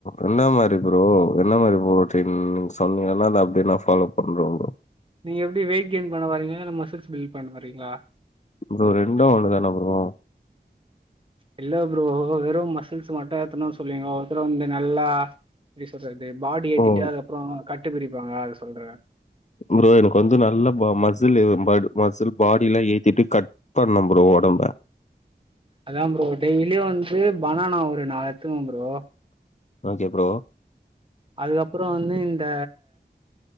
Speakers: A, on the left (about 40°); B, on the right (about 30°).
A: என்னா மாரி ப்ரோ என்னா மாரி போட்டின் சொன்னீயலா அத அப்டே நா ஃபாலோ பண்றோ ப்ரோ
B: நீ எப்டி வெயிட் கெயின் பண்ண வரீங்களா இல்ல நம்ம சிக்ஸ் பில் பண்ண வரீங்ளா
A: ப்ரோ ரெண்டு ஒண்ணு தான அப்றோ
B: இல்ல ப்ரோ வெறு மசில்ஸ் மட்டு ஏத்துனு சொல்வீங்கோ ஒத்தர வுன்டு நல்லா பி சொல்றது பாடி ஏத்திட்டு
A: ஓ
B: அதுக்கப்பறோ கட்டு பிரிப்பாங்க அது சொல்ற
A: ப்ரோ எனக்கு வந்து நல்ல ப மஜுல்லு பட் மசுல் பாடிலா ஏத்திட்டு கட் பன்னும்ப்ரோ ஒடம்ப
B: அதா ப்ரோ டெய்லியு வந்து பனானா ஒரு நாளத்துக்கனு ப்ரோ
A: ஆகே ப்ரோ
B: அது அப்றோ வந்து இந்த